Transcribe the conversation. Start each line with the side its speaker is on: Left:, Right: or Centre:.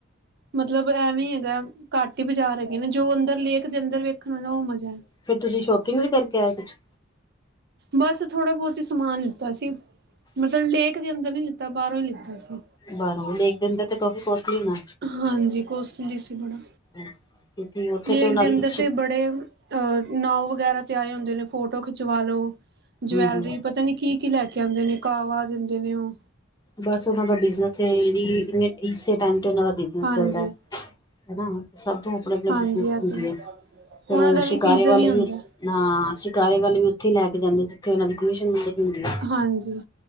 Right: ਮਤਲਬ ਐਵੇਂ ਹੈਗਾ। ਘੱਟ ਹੀ ਬਾਜ਼ਾਰ ਹੈਗੇ ਨੇ, ਜੋ ਅੰਦਰ ਲੇਕ ਦੇ ਅੰਦਰ ਵੇਖਣਾ ਨਾ, ਉਹ ਮਜ਼ਾ ਹੈ।
Left: ਫੇਰ, ਤੁਸੀਂ ਸ਼ੋਪਿੰਗ ਵੀ ਕਰਕੇ ਆਏ ਕੁਛ-
Right: ਬਸ ਥੋੜਾ ਬਹੁਤ ਹੀ ਸਮਾਨ ਲਿੱਤਾ ਸੀ। ਮਤਲਬ ਲੇਕ ਦੇ ਅੰਦਰ ਨੀ ਲਿੱਤਾ। ਤਾਂ, ਬਾਹਰੋਂ ਈ ਲਿੱਤੀ ਸੀ।
Left: ਬਾਰੋ ਲੇਕ ਦੇ ਅੰਦਰ 'ਤੇ ਕਾਫੀ ਕੋਸਟਲੀ ਹੋਨਾ।
Right: ਹਾਂਜੀ, ਕੋਸਟਲੀ ਸੀ ਬੜਾ,
Left: ਕਿਉਂਕਿ ਉੱਥੇ
Right: ਲੇਕ
Left: ਤੇ ਉਹਨਾਂ
Right: ਦੇ
Left: ਦੀ
Right: ਅੰਦਰ
Left: ਹਮ
Right: 'ਤੇ ਬੜ ਤੇ ਅ ਨਾਉ ਵਗੈਰਾ 'ਤੇ ਆਏ ਹੁੰਦੇ ਨੇ, ਫੋਟੋ ਖਿਚਵਾ ਲੋ। ਜਵੈਲਰੀ
Left: ਹਮ
Right: ਪਤਾ ਨੀ ਕੀ-ਕੀ ਲੈ ਕੇ ਆਂਦੇ ਨੇ, ਕਾਵਾ ਦੇਂਦੇ ਨੇ ਓ।
Left: ਬਸ ਉਹਨਾਂ ਦਾ ਬਿਜਨਸ ਏ ਜੀ, ਬਸ ਇਸੇ ਟਾਈਮ 'ਤੇ ਉਹਨਾਂ ਦਾ ਬਿਜਨਸ
Right: ਹਾਂਜੀ
Left: ਚੱਲਦਾ, ਹਨਾ। ਸਭ ਦਾ ਅਪਨਾ ਅਪਨਾ
Right: ਹਾਂਜੀ
Left: ਬਿਜਨਸ
Right: ਇਹ
Left: ਦਿੰਦੀ
Right: ਤੇ ਹੈ,
Left: ਆ
Right: ਉਹਨਾਂ
Left: ਫਿਰ ਉਹ
Right: ਦਾ ਵੀ
Left: ਸ਼ਿਕਾਰੇ
Right: ਸੀਜ਼ਨ
Left: ਵਾਲੇ
Right: ਹੀ ਹੁੰਦਾ
Left: ਵੀ ਹਾਂ, ਸ਼ਿਕਾਰੇ ਵਾਲੇ ਵੀ ਉੱਥੇ ਹੀ ਲੈ ਕੇ ਜਾਂਦੇ ਜਿੱਥੇ ਉਹਨਾਂ ਦੀ ਕਮਿਸ਼ਨ ਹੁੰਦੀ।
Right: ਹਾਂਜੀ